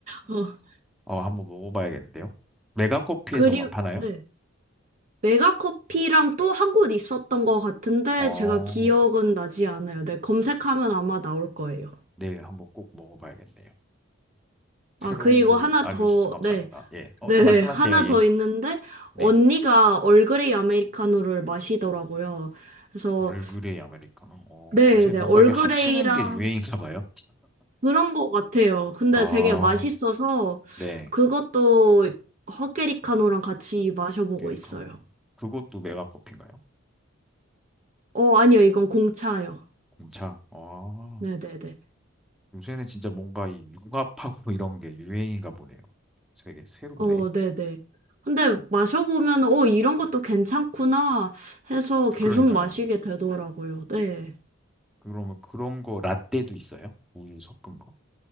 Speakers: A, on the right; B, in the centre.
A: 어,
B: 어, 한번 먹어봐야겠는데요. 메가커피에서만
A: 그리고,
B: 파나요?
A: 네. 메가커피랑 또 한 곳 있었던 것 같은데,
B: 어,
A: 제가 기억은 나지 않아요. 네, 검색하면 아마 나올 거예요.
B: 네, 한번 꼭 먹어봐야겠네요. 새로운
A: 아, 그리고
B: 거를
A: 하나
B: 알려주셔서
A: 더,
B: 감사합니다.
A: 네.
B: 예. 어,
A: 네네,
B: 또 말씀하세요.
A: 하나
B: 예.
A: 더 있는데,
B: 네.
A: 언니가 얼그레이 아메리카노를 마시더라고요. 그래서,
B: 얼그레이 아메리카노. 어,
A: 네네,
B: 요새 뭔가
A: 얼그레이랑
B: 이게 합치는 게 유행인가 봐요.
A: 그런 것 같아요. 근데
B: 아,
A: 되게 맛있어서,
B: 네.
A: 그것도 헛개리카노랑 같이 마셔보고
B: 아메리카노.
A: 있어요.
B: 그것도 메가커피인가요?
A: 어, 아니요, 이건 공차요.
B: 공차. 아,
A: 네네네.
B: 요새는 진짜 뭔가 이 융합하고 <laughs> 이런 게 유행인가 보네요. 되게 새롭네.
A: 어, 네네. 근데 마셔보면, 어, 이런 것도 괜찮구나 해서 계속
B: 그러니까요.
A: 마시게 되더라고요. 네.
B: 그러면 그런 거 라떼도 있어요? 우유 섞은 거?